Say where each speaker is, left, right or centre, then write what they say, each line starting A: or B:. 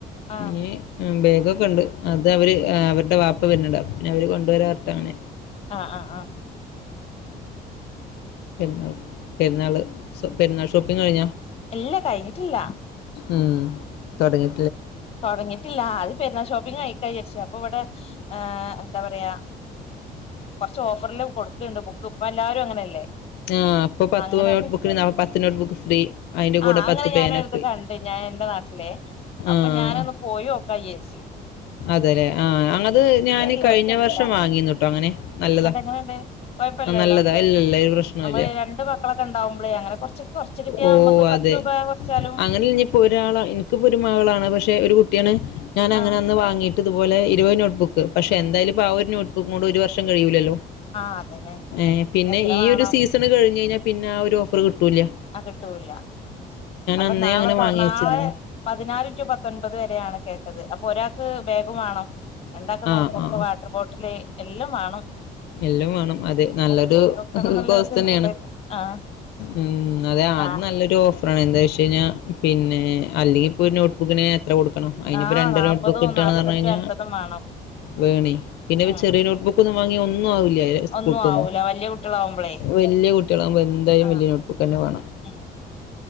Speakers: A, on the left; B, on the left.
A: ആ
B: ഞ്ഞ് ബാ തൊക്കെ ഉണ്ട് അത് അവര് അവരുടെ വാപ്പ വര്ന്ന്ണ്ട് അപ്പോ പിന്നെ അവര് കൊണ്ടുവരാറ്ട്ട് അങ്ങനെ
A: ആ ആ ആ
B: പെരുന്നാള് പെരുന്നാള് സൊ പെരുന്നാൾ ഷോപ്പിംഗ് കഴിഞ്ഞ
A: ല്ലാ കഴിഞ്ഞിട്ടില്ല
B: ഉം തുടങ്ങി
A: തൊടങ്ങിട്ടില്ല ആള് പെരുന്നാ ഷോപ്പിങ് ആയി കൈയര്ച്ച് അപ്പൊ ഇവടെ ആഹ എന്താ പറയാ കെറച്ച് ഓഫറല് കൊടുക്കുണ്ട് ബുക്ക് ഇപ്പ എല്ലരും അങ്ങനെയല്ലേ
B: ആഹ അപ്പൊ പത്ത്
A: അങ്ങനെ
B: നോട്ട്ബുക്ക്
A: അപ്പൊ
B: പത്ത് നോട്ട്ബുക്ക് ഫ്രീ അയിന്റെ കൂടെ
A: ആഹ് അങ്ങനെ
B: പത്ത് പേന
A: ഞാനൊരിത്
B: ഫ്രീ
A: കണ്ട് ഞാൻ എന്റെ നാട്ടിലേ അപ്പൊ
B: ആഹ്
A: ഞാനന്ന് പോയോ <unintelligible>
B: അതെല്ലേ ആഹ അങ്ങത് ഞാൻ
A: ദിവസല്ല
B: കഴിഞ്ഞ വർഷം വാങ്ങിന്നുട്ടോ അങ്ങനെ നല്ലതാ
A: എന്നിട്ട് എങ്ങനെണ്ട് കൊഴപ്പല്ലല്ലോ
B: നല്ലതാ ഇല്ലല്ല ഒരു പ്രശ്നം
A: നമ്മള്
B: ഇല്ല
A: രണ്ട് മക്കളൊക്കെ ഉണ്ടാവുമ്പളേ അങ്ങനെ കൊറച്ച് കൊറച്ച് കിട്ടിയാ
B: ഓ
A: നമുക്ക് പത്ത്
B: അതെ
A: രൂപ കൊറച്ചാലും
B: അങ്ങനെനി ഇപ്പോ ഒരാള എനിക്കിപ്പോ ഒരു മകളാണ് പക്ഷെ <unintelligible> ഒരു കുട്ടിയാണ് ഞാൻ അങ്ങനെ
A: ആഹ്
B: അന്ന് വാങ്ങി ഇതു പോലെ ഇരുപത് നോട്ട് ബുക്ക് പക്ഷെ എന്തായാലും ഇപ്പോ ആ ഒരു നോട്ട്ബുക്ക് കൊണ്ട് ഒരു വർഷം <unintelligible> കഴിയൂല്ലല്ലേ
A: ആഹ് അതന്നെ
B: ങേ പിന്നെ
A: എത്ര
B: ഈ
A: വേണം
B: ഒരു സീസണ് കഴിഞ്ഞ്നയിന പിന്നെ ആ ഒരു ഓഫറ് കിട്ടൂല്യ
A: ആ കിട്ടൂല്ല അപ്പൊ
B: അന്നേ
A: നാളെ
B: അങ്ങനെ
A: തോ
B: വാങ്ങി
A: നാളെ
B: വെച്ചതിന്
A: പതിനാല് ടു പത്തൊൻപത് വരെയാണ് കേട്ടത് അപ്പൊ ഒരാ ഗ് ബോഗും വേണം രണ്ടാ
B: ആ
A: നോട്ട്ബുക്ക്
B: ആ
A: വാട്ടർബോട്ടില് എല്ലാം വേണം
B: എല്ലാം വേണം അതെ
A: അപ്പൊ
B: നല്ലൊരു
A: പോയി നോക്കണം എന്നുള്ളൊരിത്ണ്ട്
B: കോസ്റ്റ് തന്നെയാണ്
A: ആഹ്
B: ഉം അതെ അത്
A: ആഹ്
B: നല്ലൊരു ഒ ഒഫ്റാണ് എന്ന് വെച്ച്കഴിഞ്ഞാ പിന്നെ അല്ലെങ്കിപ്പോനോട്ടുബുക്കിന് കൊടുക്കണം അതിനിപ്പ
A: ആഹ്
B: രണ്ട്
A: നാപ്പതും
B: നോട്ട്ബുക്ക് കിട്ട്ണ്പറഞ്ഞകഴിഞ്ഞാ
A: നാപ്പത്തഞ്ചും അൻപതും വേണം
B: വേണി പിന്നെ
A: ഉം
B: ചെറിയ നോട്ട്ബുക്ക് ഒരു വാങ്ങിയ ഒന്ന് ഒന്നും ആവില്ല സ്കൂൾക്കാന്നും
A: ഒന്നും ആവൂല വല്യ കുട്ടികളാവുമ്പളേ
B: വല്യ കുട്ടികളാകുമ്പോ എന്തായാലും
A: ആഹ്
B: വലിയ നോട്ട്ബുക്ക് തന്നെ വേണം
A: ഉം